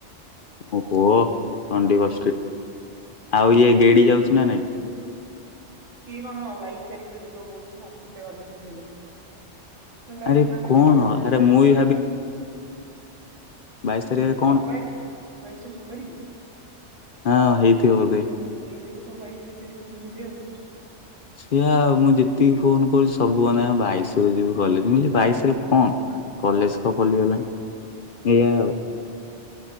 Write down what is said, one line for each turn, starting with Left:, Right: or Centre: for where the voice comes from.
Left: ଓହୋ <unintelligible> ଆଉ ଇଏ
Right: ହୁଁ
Left: ଗେଡି ଯାଉଚି ନା ନାଇଁ।
Right: ଇଏ କଣ ବାଇଶି ତାରିଖରେ ଯିବ କୋହୁଚି ସମସ୍ତେ ଗଲେ ସିଏ ଯିବ। ମାନେ ତାଙ୍କ
Left: ଆରେ
Right: ଡିପାଟର୍ମେଣ୍ଟ
Left: କଣ
Right: ରେ କେହି ଯାଉନାହାନ୍ତି
Left: ଆରେ ମୁଁ ବି
Right: <unintelligible>
Left: ବାଇଶ ତାରିକ
Right: <unintelligible> ବାଇଶ ଟା ସୋମବାରେ କି।
Left: ହଁ ହେଇଥିବ ବୋଧେ।
Right: ଆଁ ସେଇ ଯୋଗୁ ସବୁ ବାଇଶ ଡିଶାଇଟ୍ କରିଛନ୍ତି ଯିବେ ଆଉ।
Left: ସେଇଆ ଆଉ ମୁଁ ଯେତିକି ଫୋନ କରୁଚି ସବୁ <unintelligible> ଆମେ ବାଇଶରେ ଯିବୁ କଲେଜ ମୁଁ କହିଲି ବାଇଶି ରେ କଣ। କଲେଜ ତ ଖୋଲିଗଲାଣି ଏଇଆ ଆଉ।